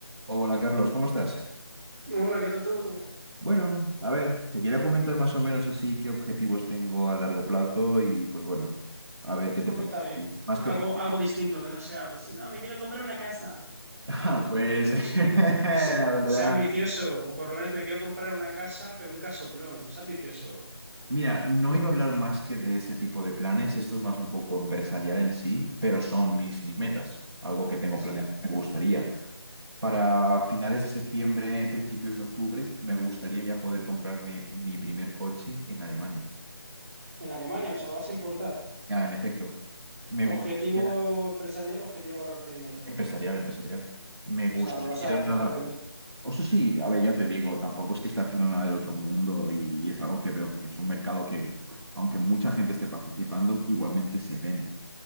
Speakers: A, on the right; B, on the right.
A: Hola Carlos, ¿cómo estás?
B: Hola, ¿qué tal todo?
A: Bueno, a ver, te quería comentar más o menos así qué objetivos tengo a largo plazo y pues bueno, a ver qué te
B: Coméntame
A: parece. Más que...
B: algo,
A: <laughs>
B: algo distinto que no sea, pues, no, me quiero comprar una casa,
A: Ah,
B: ¿sabes?
A: pues
B: Yo qué sé,
A: <laughs> la
B: sé,
A: verdad.
B: sé ambicioso, o por lo menos me quiero comprar una casa, pero un casoplón, sé ambicioso.
A: Mira, no iba a hablar más que de ese tipo de planes, esto es más un poco empresarial en sí, pero son mis, mis metas, algo que tengo
B: Sí,
A: planeado y me gustaría. Para finales de septiembre, principios de octubre, me gustaría ya poder comprarme mi primer coche en Alemania.
B: en Alemania, o sea, lo vas a importar.
A: Ah, en efecto, me
B: Objetivo
A: gustaría.
B: empresarial, objetivo ahorrarte dinero.
A: Empresarial, empresarial. Me gustaría...
B: O sea, lo vas a revender.
A: O sea, sí, a ver, ya te digo, tampoco es que esté haciendo nada del otro mundo y es algo que veo que es un mercado que, aunque mucha gente esté participando, igualmente se vende.